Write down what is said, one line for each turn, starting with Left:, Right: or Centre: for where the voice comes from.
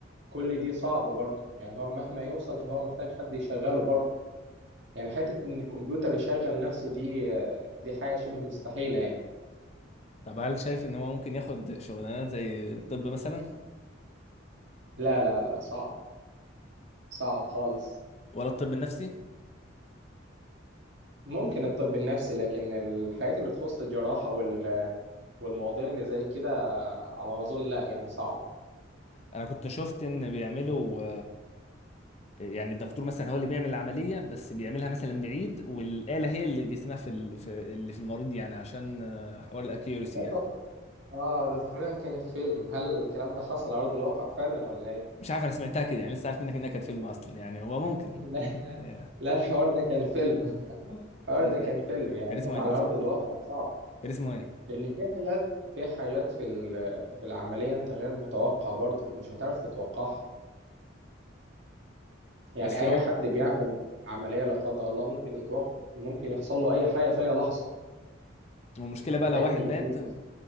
Right: كلي دي صعبة برضه يعني هو مهما يوصل فهو محتاج حد يشغله برضه يعني حتة إن الكمبيوتر يشغل نفسه دي آه، دي حاجة شبه مستحيلة يعني
Left: طب هل شايف ان هو ممكن ياخد شغلانات زي الطب مثلا
Right: لا لا لا صعب صعب خالص
Left: ولا الطب النفسي
Right: ممكن الطب النفسي لكن الحاجات اللي تخص الجراحة وال- والمواضيع اللي زي كده آه، على ما أظن لا يعني صعب
Left: انا كنت شفت ان بيعملوا يعني الدكتور مثلا هو اللي بيعمل العملية بس بيعملها مثلا بعيد والآلة هي اللي جسمها في ال- في اللي في المريض يعني عشان آه، حوار الاكيورسي
Right: ده
Left: يعني
Right: تق... آه ده تقريبا كان في فيلم هل الكلام ده حصل على أرض الواقع فعلا ولا إيه؟
Left: مش عارف انا سمعتها كده يعني لسه عارف منك انها كانت فيلم اصلا يعني هو ممكن
Right: <laughs> لا لا
Left: آه،
Right: لا الحوار ده كان فيلم اه
Left: كان
Right: ده
Left: إيه؟
Right: كان فيلم يعني
Left: كان اسمه
Right: انما
Left: ايه
Right: على
Left: كان
Right: ارض
Left: اسمه
Right: الواقع صعب
Left: كان اسمه ايه
Right: لان في حاجات في حاجات في ال- في العمليه انت غير متوقع برضو مش هتعرف تتوقعها يعني
Left: بس
Right: اي
Left: هو
Right: حد بيعمل عمليه لا قدر الله ممكن يتوق... ممكن يحصل له اي حاجه في اي لحظه
Left: والمشكلة بقى لو
Right: دم
Left: واحد
Right: يزيد
Left: مات انت